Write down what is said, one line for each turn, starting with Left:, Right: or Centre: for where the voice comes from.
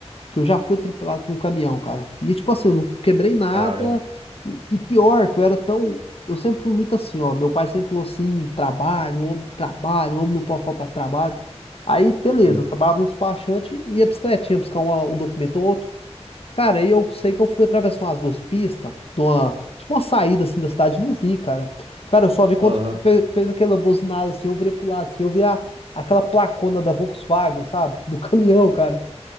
Left: que eu já fui atropelado por um caminhão, cara. E tipo assim, eu não quebrei nada.
Right: Caramba,
Left: E, e pior, que eu era tão. Eu sempre fui muito assim, ó. Meu pai sempre falou assim: trabalho, homem trabalho, homem não pode faltar trabalho. Aí, beleza,
Right: sim,
Left: eu trabalhava no despachante e ia bicicletinha buscar uma- um documento ou outro. Cara, aí eu sei que eu fui atravessar umas duas pistas, de uma, tipo uma saída assim da cidade, não vi, cara. Cara, eu só vi quando
Right: aham,
Left: fe- fez aquela buzinada assim, eu virei pro lado, assim, eu vi a, aquela placona da Volkswagen, sabe? Do <laughs> caminhão, cara.